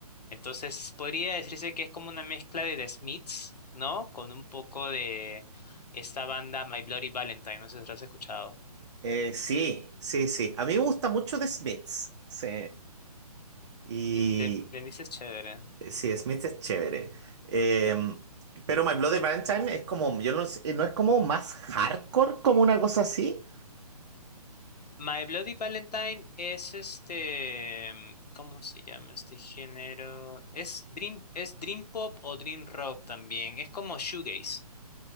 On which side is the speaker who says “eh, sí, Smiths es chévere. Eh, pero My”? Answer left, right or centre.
Right